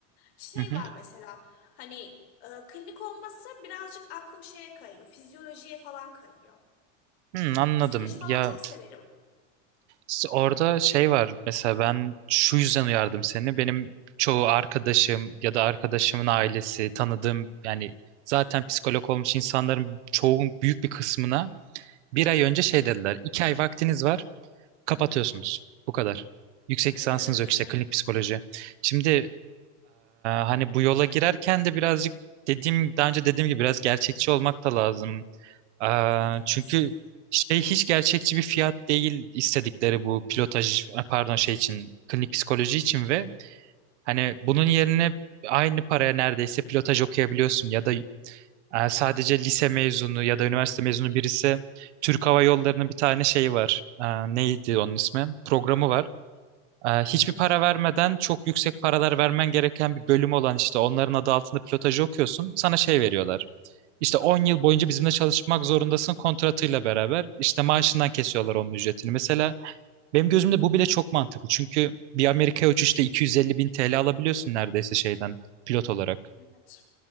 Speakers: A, on the left (about 60°); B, on the right (about 70°).
A: şey
B: Hı hı.
A: var mesela hani e, klinik olmazsa birazcık aklım şeye kayıyor. Fizyolojiye falan kayıyor.
B: Hı, anladım.
A: Fizyoloji falan
B: Ya
A: çok severim.
B: İşte orada şey var mesela ben şu yüzden uyardım seni. Benim çoğu arkadaşım ya da arkadaşımın ailesi, tanıdığım yani zaten psikolog olmuş insanların çoğun büyük bir kısmına bir ay önce şey dediler. İki ay vaktiniz var, kapatıyorsunuz. Bu kadar. Yüksek
A: Evet
B: lisansınız
A: evet
B: yok
A: öyle.
B: işte klinik psikoloji. Şimdi eee, hani bu yola girerken de birazcık dediğim daha önce dediğim gibi biraz gerçekçi olmak da lazım. Ee,
A: Evet haklısın.
B: çünkü şey hiç gerçekçi bir fiyat değil istedikleri bu pilotaj pardon şey için klinik psikoloji için ve hani bunun yerine aynı paraya neredeyse pilotaj okuyabiliyorsun ya da e, sadece lise mezunu ya da üniversite mezunu birisi Türk Hava Yolları'nın bir tane şeyi var. Ee, neydi onun ismi? Programı var. Ee, hiçbir para vermeden çok yüksek paralar vermen gereken bir bölüm olan işte onların adı altında pilotajı okuyorsun. Sana şey veriyorlar. İşte 10 yıl boyunca bizimle çalışmak zorundasın kontratıyla beraber. İşte maaşından kesiyorlar onun ücretini. Mesela benim gözümde bu bile çok mantıklı. Çünkü bir Amerika'ya uçuşta 250 bin TL alabiliyorsun neredeyse şeyden pilot olarak.
A: Evet.